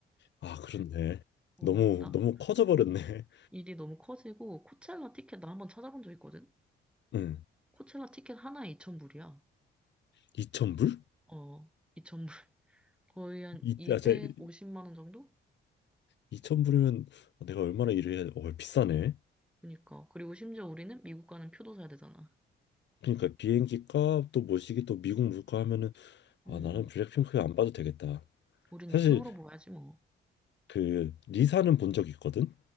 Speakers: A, on the left (about 65°); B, in the centre.
A: 아, 그렇네.
B: 어,
A: 너무
B: 나
A: 너무 커져 버렸네. <laughs>
B: 일이 너무 커지고, 코첼라 티켓 나 한번 찾아본 적 있거든?
A: 응.
B: 코첼라 티켓 하나에 2,000불이야.
A: 2천불
B: 어, 이천 불 <laughs> 거의 한
A: 이,
B: 250만
A: 아, 제
B: 원 정도?
A: 2천불이면 내가 얼마나 일을 해야 돼? 어, 비싸네.
B: 그니까. 그리고 심지어 우리는 미국 가는 표도 사야 되잖아.
A: 그러니까 비행기 값, 또 모시기, 또 미국 물가 하면은 아,
B: 음,
A: 나는 블랙핑크 안 봐도 되겠다.
B: 우린
A: 사실
B: 유튜브로 봐야지 뭐.
A: 그 리사는 본 적 있거든.